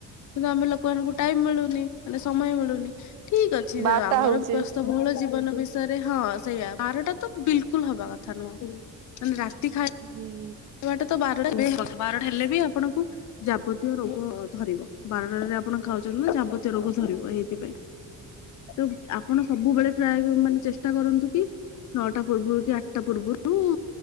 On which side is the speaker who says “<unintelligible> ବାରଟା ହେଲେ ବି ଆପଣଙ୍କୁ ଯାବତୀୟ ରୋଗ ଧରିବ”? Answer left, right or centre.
Left